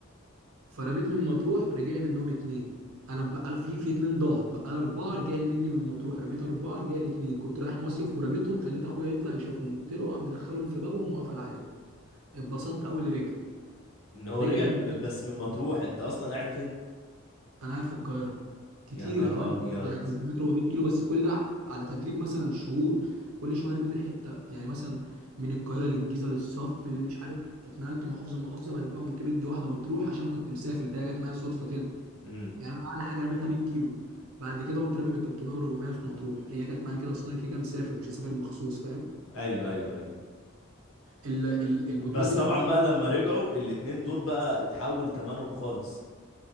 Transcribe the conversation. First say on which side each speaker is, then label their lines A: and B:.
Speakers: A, on the right; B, on the left.
A: فرميت من مطروح رجع لي منهم اتنين انا بقى في في اتنين ضاعوا بقى أنا اربعه رجع لي مني من مطروح رميت اربعه رجع لي اتنين كنت رايح مصيف ورميتهم خليت اخويا يطلع يشوفهم طلعوا عم مدخلهم في بابهم وقفل عليهم اتبسطت اول اللي رجع
B: ان هو
A: رجع
B: رجع
A: اللي
B: ب- بس من مطروح انت اصلا قاعد فين
A: انا قاعد في القاهره كتير
B: يا نهار
A: حوالي
B: ابيض
A: 300 400 كيلو بس كل ده على تدريب مثلا شهور كل شويه ارميه من حته يعني مثلا من القاهره للجيزه للصف اللي مش عارف اتنقلت محافظه محافظه بعد كده قمت بدي واحده مطروح عشان كنت مسافر ده جت معايا صدفه كده
B: امم
A: يعني انا اعلى حاجه رميتها 100 كيلو بعد كده قمت رامي بال 300 و400 في مطروح هي جت معايا كده اصل انا كده كده مسافر مش هسافر مخصوص فاهم
B: ايوه ايوه ايوه
A: ال- ال- البطوله
B: بس
A: دي
B: طبعا
A: بقى كانت
B: بقى لما رجعوا الاتنين دول بقى اتحول تمنهم خالص